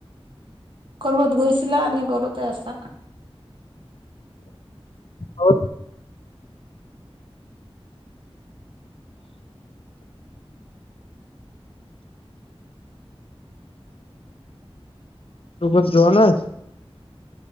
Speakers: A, on the right (about 55°); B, on the left (about 65°).
A: ক'ৰবাত গৈছিলা নে ঘৰতে আছা?
B: অ, কবাত যোৱা নাই?